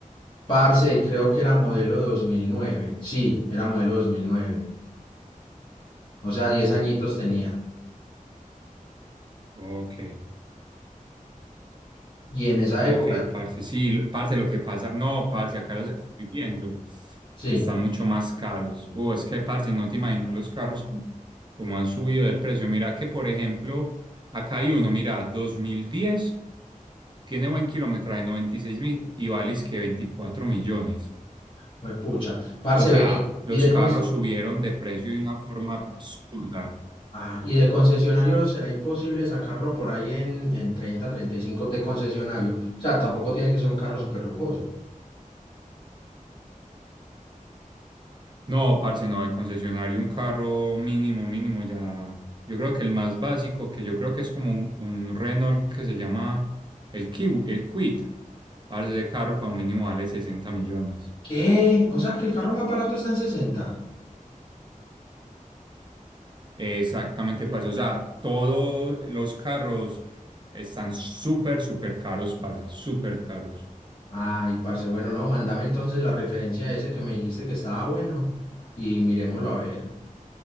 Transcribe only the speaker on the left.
Parce, creo que era modelo dos mil nueve, Sí, era modelo dos mil nueve, O sea, 10 añitos tenía.
Y en esa época,
sí,
fue pucha. Parce,
vení.
Y de,
cons-
ah, y de concesionario será imposible sacarlo por ahí en, en treinta treinta y cinco de concesionario. O sea, tampoco tiene que ser un carro súper lujoso.
¿Qué? O sea, que el carro más barato está en 60.
Ay, parce, bueno, no, mándame entonces la referencia ese que me dijiste que estaba bueno y miremoslo a ver.